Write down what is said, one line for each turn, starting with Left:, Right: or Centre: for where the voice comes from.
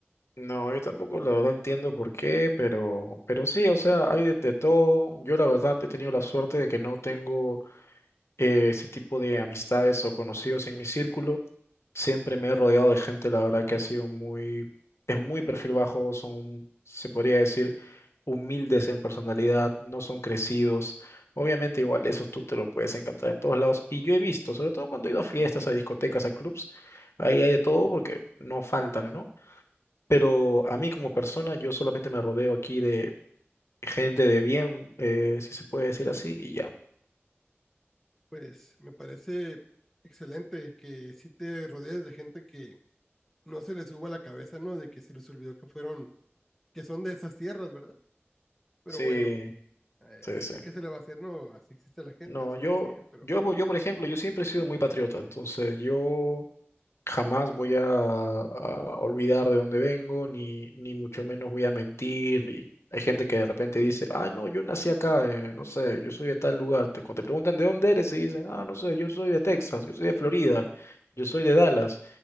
Left: No, yo tampoco la verdad entiendo por qué, pero, pero sí, o sea, hay de, de todo. Yo la verdad he tenido la suerte de que no tengo eh, ese tipo de amistades o conocidos en mi círculo. Siempre me he rodeado de gente, la verdad que ha sido muy, es muy perfil bajo, son, se podría decir, humildes en personalidad, no son crecidos. Obviamente igual, esos tú te lo puedes encontrar en todos lados. Y yo he visto, sobre todo cuando he ido a fiestas, a discotecas, a clubs, ahí hay de todo porque no faltan, ¿no? Pero a mí como persona, yo solamente me rodeo aquí de gente de bien, eh, si se puede decir así, y ya.
Centre: Pues me parece excelente que sí te rodees de gente que no se les suba la cabeza, ¿no? De que se les olvidó que fueron, que son de esas tierras, ¿verdad? Pero
Left: Sí,
Centre: bueno, eh,
Left: sí,
Centre: así
Left: sí.
Centre: que se le va a hacer, ¿no? Así existe la gente,
Left: No,
Centre: se
Left: yo,
Centre: van a seguir, pero...
Left: yo, por- yo, por ejemplo, yo siempre he sido muy patriota, entonces yo... jamás voy a, a olvidar de dónde vengo, ni, ni mucho menos voy a mentir. Y hay gente que de repente dice, ah, no, yo nací acá, eh, no sé, yo soy de tal lugar. Te- cuando te preguntan de dónde eres, y dicen, ah, no sé, yo soy de Texas, yo soy de Florida, yo soy de Dallas.